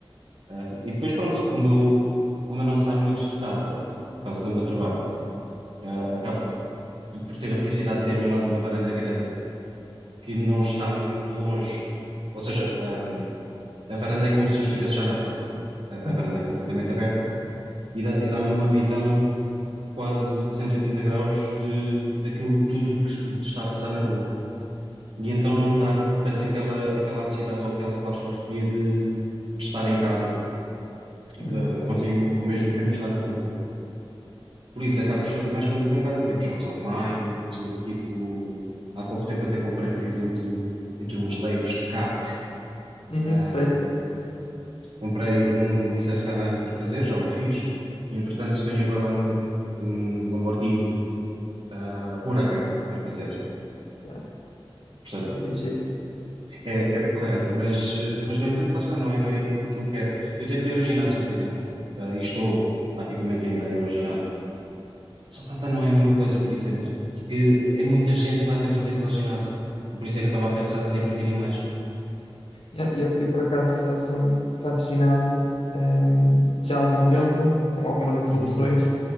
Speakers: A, on the right (about 65°); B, on the left (about 80°).
A: Hum, e depois, pronto, como eu, como eu não saio muito de casa, por causa do meu trabalho, eh, acaba por ter a felicidade de ter uma, uma varanda grande que não está muito longe. Ou seja, ahm, a varanda é como se eu estivesse já na rua. A,
B: Uhum.
A: a varanda é completamente aberta e dá, e dá-me uma visão quase de 180 graus de, daquilo tudo que, o que está a passar na rua. E então não me dá que- tanto aquela, aquela ansiedade ou aquela claustrofobia de, de estar em casa. De,
B: Ok.
A: consigo ao mesmo tempo estar na rua. Por isso, acabo por fazer mais coisas em casa, tipo jogos online, tu- tipo, há pouco tempo até comprei, por exemplo, aqui uns Legos de carros.
B: Uhum,
A: Ahm,
B: sei.
A: comprei um Nissan Skyline para fazer, já o fiz, e entretanto tenho agora um, um Lamborghini ah, Huracan para fazer.
B: É,
A: Portanto,
B: é fixe isso.
A: é, é porreiro, mas, eh, mas no entanto, lá está, não é bem aquilo que eu quero. Eu tentei o ginásio, por exemplo, ah, e estou ativamente ainda a ir ao ginásio. Socata não é a mesma coisa, por exemplo, porque é muita gente lá dentro daquele ginásio. E por isso é que eu estava a pensar sair um bocadinho mais.
B: Yeah, Eu, eu, por acaso faço, um, faço ginásio, hum, já há algum tempo, com algumas interrupções,
A: Uhum,